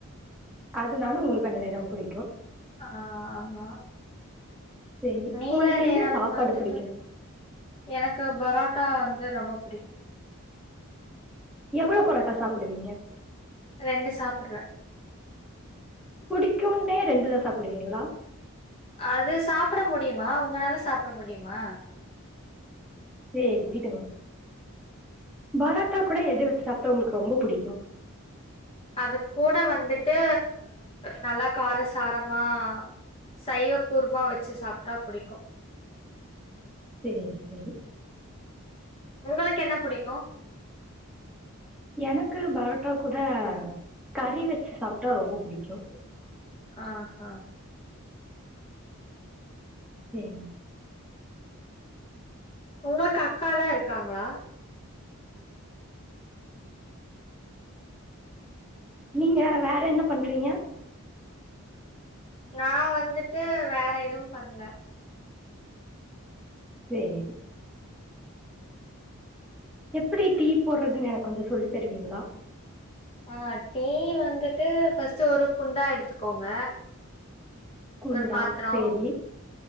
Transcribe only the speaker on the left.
ஆ ஆமா
நீல
நிறம்
வந்துட்டு
எனக்கு பரோட்டா வந்து ரொம்ப புடிக்கு
ரெண்டு சாப்டுவ
அது சாப்ட முடியுமா உங்கனால சாப்ட முடியுமா
அது கூட வந்துட்டு நல்லா காரசாரமா சைவ குருமா வச்சு சாப்ட்டா புடிக்கு
உங்களுக்கு என்ன புடிக்கு
ஆ ஹ
உங்களுக்கு அக்காலா இருக்காங்ளா
நா வந்துட்டு வேற எதுவு பண்ல
ஆ டீ வந்துட்டு ஃபர்ஸ்ட் ஒரு குண்டா எடுத்துக்கோங்க
ஒரு பாத்ரோ